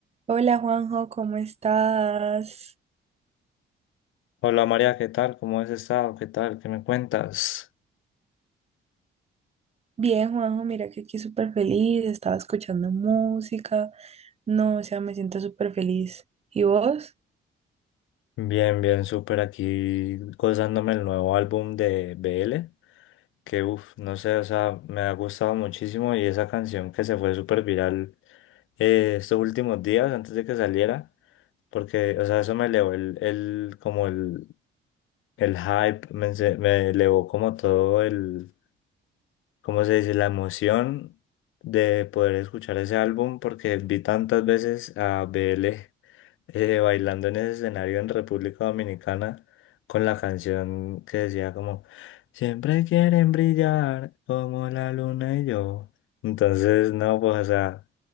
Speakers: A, on the right; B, on the left.
A: Hola Juanjo, ¿cómo estás?
B: Hola María, ¿qué tal? ¿Cómo has estado? ¿Qué tal? ¿Qué me cuentas?
A: Bien, Juanjo, mira que aquí súper feliz, estaba escuchando música. No, o sea, me siento súper feliz. ¿Y vos?
B: Bien, bien, súper aquí gozándome el nuevo álbum de BL, que uff, no sé, o sea, me ha gustado muchísimo y esa canción que se fue súper viral eh, estos últimos días antes de que saliera, porque, o sea, eso me elevó el, el como el, el hype, me, ense- me elevó como todo el, ¿cómo se dice? La emoción de poder escuchar ese álbum porque vi tantas veces a BL eh, bailando en ese escenario en República Dominicana con la canción que decía como, siempre quieren brillar como la luna y yo. Entonces, no, pues, o sea,